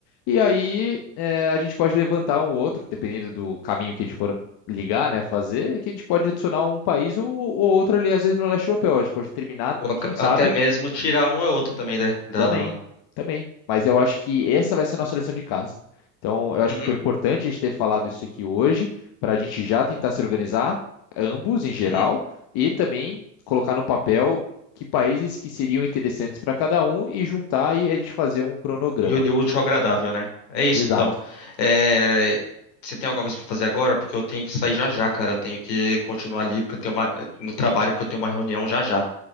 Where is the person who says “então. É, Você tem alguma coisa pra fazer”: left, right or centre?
Left